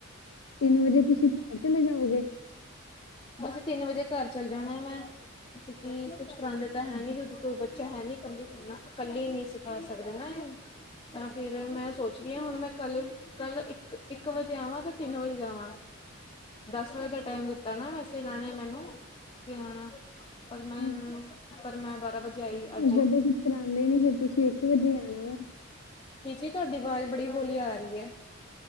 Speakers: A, on the left; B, on the left.
A: ਤਿੰਨ ਵਜੇ ਤੁਸੀਂ ਘਰ ਚਲੇ ਜਾਉਗੇ।
B: ਬਸ ਤਿੰਨ ਵਜੇ ਘਰ ਚੱਲ ਜਾਣਾ ਮੈਂ। ਕਿਉਂਕਿ ਕੁੱਛ ਕਰਾਉਦੇ ਤਾਂ ਹੈ ਨੀ ਕਿਉਂਕਿ ਕੋਈ ਬੱਚਾ ਹੈ ਨੀ ਕੱਲੀ, ਕੱਲੀ ਨਹੀਂ ਸਿਖਾ ਸਕਦੇ ਨਾ। ਤਾਂ ਫਿਰ ਮੈਂ ਸੋਚਦੀ ਹਾਂ ਹੁਣ ਮੈਂ। ਕੱਲ-ਕੱਲ ਇੱਕ-ਇੱਕ ਵਜੇ ਆਵਾਂ ਤੇ ਤਿੰਨ ਵਜੇ ਜਾਵਾਂ। ਦਸ ਵਜੇ ਦਾ ਟਾਈਮ ਦਿੱਤਾ ਨਾ। ਜਿਥੇ ਜਾਣਾ ਮੈਨੂੰ ਕਿ ਪਰ ਮੈਂ
A: ਹਮ,
B: ਇਹ ਨੂੰ ਪਰ ਮੈਂ ਬਾਰਾਂ ਵਜੇ ਆਈ ਅੱਜ
A: ਜਦੋਂ ਕੁੱਛ ਕਰਾਉਂਦੇ ਨੀ ਫਿਰ ਤੁਸੀਂ ਇੱਕ ਵਜੇ ਆਉਣਾ।
B: ਕੀ ਚੀਜ਼ ਤੁਹਾਡੀ ਆਵਾਜ਼ ਬੜੀ ਹੋਲੀ ਆ ਰਹੀ ਹੈ।